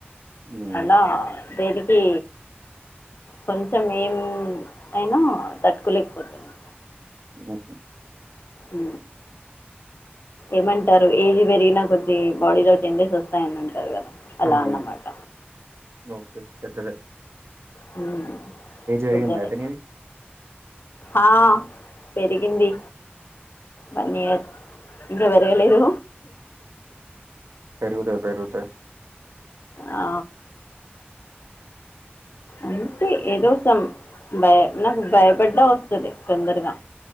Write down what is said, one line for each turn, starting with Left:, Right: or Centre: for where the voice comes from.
Right: ఉమ్
Left: అలా దేనికి కొంచెం ఏం అయినా తట్టుకోలేకపోతుంది
Right: ఓహో
Left: ఆ ఏమంట్ ఏజ్ పెరిగినా కొద్ది బాడీలో చేంజెస్ వస్తాయని అంటారు కదా అలా
Right: ఉమ్
Left: అన్నమాట
Right: ఓకే పేదదే
Left: హ్మ్
Right: పెరిగిందా
Left: పేదదే
Right: అయితే నీది
Left: ఆ పెరిగింది వన్ ఇయర్ ఇకా పెరగలేదు
Right: పెరుగుతాయి పెరుగుతాయి
Left: ఆ అంతే ఏదో సం భయ నాకు భయపడ్డ వస్తది తొందరగా